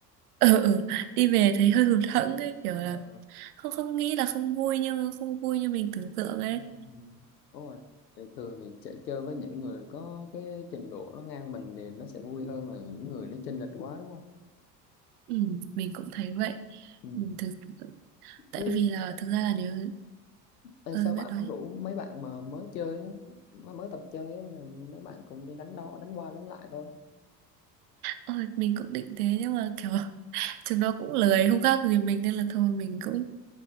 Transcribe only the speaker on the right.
ừ, ừ đi về thấy hơi hụt hẫng ấy kiểu
là không không nghĩ là không vui nhưng không vui như mình tưởng tượng ấy.
Ừ, mình cũng thấy vậy.
Ừ, thực, tại
vì là
thực ra là nếu
ừ,
biết nói
Ờ, mình cũng định thế nhưng mà kiểu <laughs> chúng nó cũng lười không khác gì mình nên là thôi mình cũng